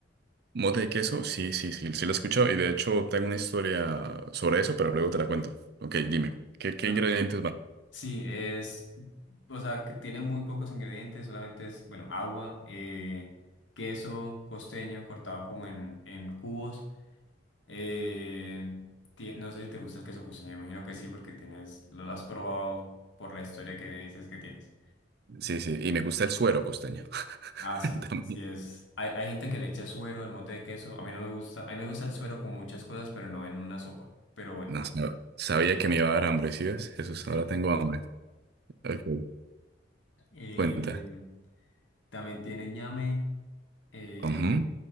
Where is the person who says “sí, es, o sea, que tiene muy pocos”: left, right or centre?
Left